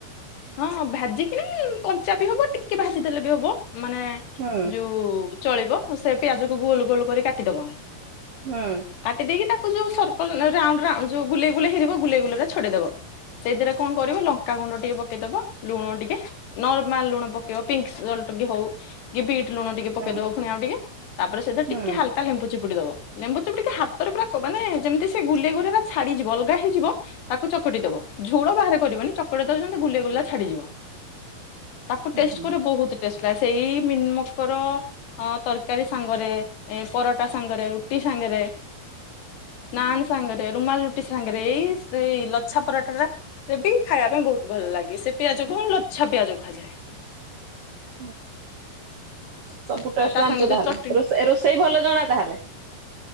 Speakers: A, on the left (about 75°); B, on the right (about 65°).
A: ହଁ ଭାଜିିକିନି କଞ୍ଚା ବି ହବ ଟିକେ ଭାଜିଦେଲେ ବି ହବ ମାନେ।
B: ହୁଁ ହୁଁ
A: ଯୋଉ ଚଳିବ ସେ ପିଆଜକୁ ଗୋଲ ଗୋଲ କରି କାଟିଦବ।
B: ହୁଁ।
A: କାଟି ଦେଇକି ତାକୁ ଯୋଉ ସର୍କଲ ନହଲେ ରାଉଣ୍ଡ ରାଉଣ୍ଡ ଯୋଉ ଗୁଲେଇ ଗୁଲେଇ ହେଇଯିବ ଗୁଲେଇ ଗୁଲେଇରା ଛଡେଇଦବ। ସେଇଥିରେ କଣ କରିବ ଲଙ୍କାାଗୁଣ୍ଡ ଟିକେ ପକେଇଦବ ଲୁଣ ଟିକେ। ନର୍ମାଲ ଲୁଣ ପକେଇବ ପିଙ୍କ୍ ସଲ୍ଟ ବି ହଉ କି ବିଟ୍ ଲୁଣ ଟିକେ ପକେଇଦବ
B: ହୁଁ
A: ଫୁଣି ଆଉ ଟିକେ। ତାପରେ ସେଥିରେ
B: ହୁଁ
A: ଟିକେ ହାଲକା ଲେମ୍ବୁ ଚିପୁଡ଼ି ଦବ। ଲେମ୍ବଚୁପୁଡ଼ିକି ହାତରେ ପୁରା କ ମାନେ ଯେମିତି ସେ ଗୁଲେଇ ଗୁରାରା ଛାଡିଯିବ ଅଲଗା ହେଇଯିବ। ତାକୁ ଚକଟି ଦବ ଝୁଳ ବାହାରେ କରିବନି ଚକଟି ଦେବ ଯେମତି ଗୁଲେଇ ଗୁଲା ଛାଡିଯିବ। ତାକୁ
B: ହୁଁ
A: ଟେଷ୍ଟ
B: ହୁଁ
A: କରିବ ବହୁତ ଟେଷ୍ଟ ଲାଗେ ସେଇ ମିଲମୋକର ତର କାରୀ ସାଙ୍ଗରେ ଏ ପରଟା ସାଙ୍ଗରେ ରୁଟି ସାଙ୍ଗରେ। ନାନ୍ ସାଙ୍ଗରେ ରୁମାଲ୍ ରୁଟି ସାଙ୍ଗରେ ଏଇ ସେଇ ଲଚ୍ଛା ପରଟା ଟା। ସେ ବି ଖାଇବା ପାଇଁ ବହୁତ୍ ଭଲ ଲାଗେ ସେ ପିଆଜକୁ ଲଚ୍ଛା ପିଆଜ କୁହାଯାଏ।
B: ମୁଁ ସବୁ ଟେଷ୍ଟ
A: ଆଉ ତା
B: ଜାଣିଚ
A: ସାଙ୍ଗେ ଯୋଉ
B: ତାହେଲେ
A: ଚଟଣି
B: ରୋଷେ ଏ ରୋଷେଇ ଭଲ ଜଣା ତାହେଲେ।